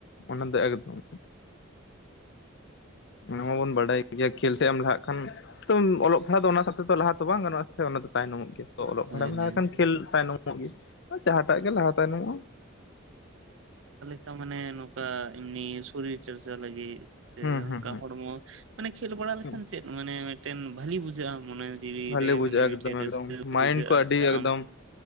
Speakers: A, on the left; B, on the right.
A: ᱚᱱᱟ ᱫᱚ ᱮᱠᱫᱚᱢ ᱚᱱᱟ ᱢᱟᱵᱚᱱ ᱵᱟᱰᱟᱭ ᱜᱤᱭᱟ ᱠᱷᱮᱞ ᱥᱮᱫ ᱮᱢ ᱞᱟᱦᱟᱜ ᱠᱷᱟᱱ ᱛᱩᱫ ᱚᱞᱚᱜ ᱯᱟᱲᱦᱟᱜ ᱫᱚ ᱚᱱᱟ ᱥᱟᱣᱛᱮ ᱫᱚ ᱞᱟᱦᱟ ᱛᱚ ᱵᱟᱝ ᱜᱟᱱᱚᱜᱼᱟ ᱥᱮ ᱚᱱᱟ ᱛᱚ ᱛᱟᱭ ᱱᱚᱢᱚᱜ ᱜᱮᱭᱟ᱾ ᱚᱞᱚᱜ
B: ᱦᱳᱭ
A: ᱯᱟᱲᱦᱟᱜ ᱞᱟᱦ
B: ᱦᱳᱭ
A: ᱞᱮ ᱠᱷᱟᱱ ᱠᱷᱮᱞ ᱛᱟᱭᱱᱚᱢᱚᱜ ᱜᱮ ᱡᱟᱦᱟᱸᱴᱟᱜ ᱜᱮ ᱞᱟᱦᱟ ᱛᱟᱭᱱᱚᱢᱼᱟ
B: ᱛᱚ ᱢᱟᱱᱮ ᱱᱚᱝᱠᱟ ᱮᱢᱱᱤ ᱥᱚᱨᱤᱨ ᱪᱚᱨᱪᱟ ᱞᱟᱹᱜᱤᱫ ᱥᱮ
A: ᱦᱩᱸ ᱦᱩᱸ
B: ᱚᱱᱠᱟ ᱦᱚᱲᱢᱚ ᱢᱟᱱᱮ ᱠᱷᱮᱞ ᱵᱟᱲᱟ
A: ᱦᱩᱸ
B: ᱞᱮᱠᱷᱟᱱ ᱪᱮᱫ ᱢᱟᱱᱮ ᱢᱤᱫᱴᱮᱱ ᱵᱷᱟᱞᱤ ᱵᱩᱡᱷᱟᱹᱜᱼᱟ ᱢᱚᱱᱮ ᱡᱤᱣᱤ
A: ᱵᱷᱷᱟᱞᱤ
B: ᱨᱮ
A: ᱵᱩᱡᱷᱟᱹᱜᱼᱟ,
B: ᱢᱟᱱᱮ ᱢᱤᱫᱴᱮᱱ
A: ᱮᱠᱫᱚᱢ
B: ᱨᱟᱹᱥᱠᱟᱹ
A: ᱮᱠᱚᱢ ᱢᱟᱭᱤᱱᱰ
B: ᱵᱩᱡᱷᱟᱹᱜᱼᱟ
A: ᱠᱚ ᱟᱹᱰᱤ
B: ᱥᱮ
A: ᱮᱠᱫᱚᱢ
B: ᱟᱢ